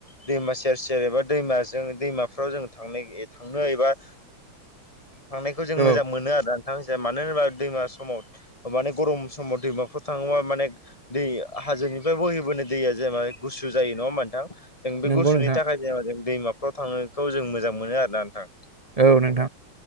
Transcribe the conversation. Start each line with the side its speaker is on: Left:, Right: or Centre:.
Left: दैमा सेर सेर एबा दैमाजों दैमाफ्राव जों थांनो थांनो एबा थांनायखौ जों
Right: औ
Left: मोजां मोनो आरो नोंथां मानो होनोबा दैमा समाव माने गरम समाव दैमाफोराव थाङोबा माने दै हाजोनिफ्राय बोहैबोनाय दैया जेनबा गु सु जायो नङा होमबा नोंथां? जों बे
Right: नंगौ
Left: गुसुनि
Right: नोंथां
Left: थाखाय जेनेबा जों दैमाफ्राव थांनायखौ जों मोजां मोनो आरोना नोंथां।
Right: औ नोंथां।